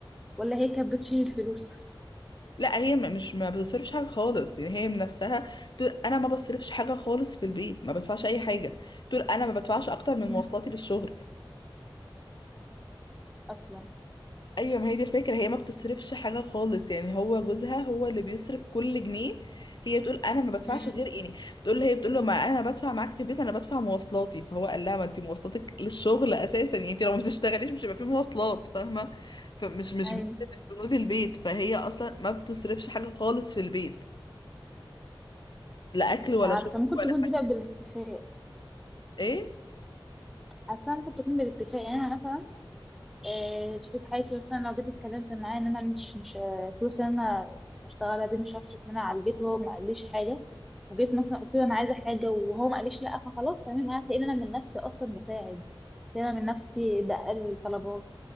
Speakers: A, in the centre; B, on the left.
A: ولا هي كانت بتشيل الفلوس
B: لا هي م- مش ما بتصرفش حاجة خالص يعني هي من نفسها تقول انا ما بصرفش حاجة خالص في البيت ما بدفعش اي حاجة تقول انا ما بدفعش اكتر من
A: مم.
B: مواصلاتي للشغل
A: اصلا
B: ايوه ما هي دي الفكره هي ما بتصرفش حاجه خالص يعني هو جوزها هو اللي بيصرف كل جنيه هي تقول انا ما بدفعش
A: مم.
B: غير يعني بتقول هي بتقول له ما انا بدفع معاك في البيت انا بدفع مواصلاتي فهو قال لها ما انت مواصلاتك للشغل اساسا يعني انت لو ما بتشتغليش مش هيبقى في مواصلات فاهمه فمش مش
A: ايوه
B: بند من بنود البيت فهي اصلا ما بتصرفش حاجه خالص في البيت لا اكل
A: مش
B: ولا
A: عارفه
B: شرب
A: ممكن
B: ولا
A: تكون
B: حاجه
A: دي بقى بالاتفاق
B: ايه
A: حاسه ممكن تكون بالاتفاق يعني انا مثلا آه، شريك حياتي مثلا لو جيت اتكلمت معاه ان انا مش مش آه، فلوس اللي انا بشتغلها دي مش هصرف منها على البيت وهو ما قاليش حاجه وجيت مثلا قلت له انا عايزه حاجه وهو ما قاليش لا فخلاص تمام انا هتلاقيني انا من نفسي اصلا بساعد هتلاقيني انا من نفسي بقل طلبات